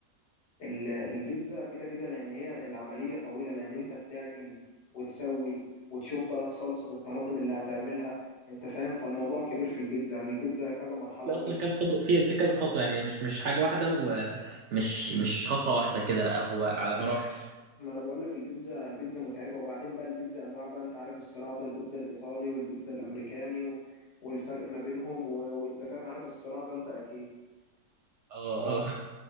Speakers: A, on the left; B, on the right.
A: ال- البيتزا كده كده لان هي العمليه طويله لان انت بتعجن وتسوي وتشوف بقى صلصه الطماطم اللي هتعملها انت فاهم فالموضوع كبير في البيتزا يعني البيتزا كذا مرحله
B: في
A: اول
B: أصلا كام خطوة في في كذا خطوة يعني مش مش حاجة واحدة ومش مش خطوة واحدة كده لا هو على مراحل
A: ما انا بقول لك البيتزا البيتزا متعبه وبعدين بقى البيتزا انواع بقى انت عارف الصراع ده البيتزا الايطالي والبيتزا الامريكاني و... والفرق ما بينهم و... وانت فاهم عارف الصراع ده انت اكيد
B: اه اه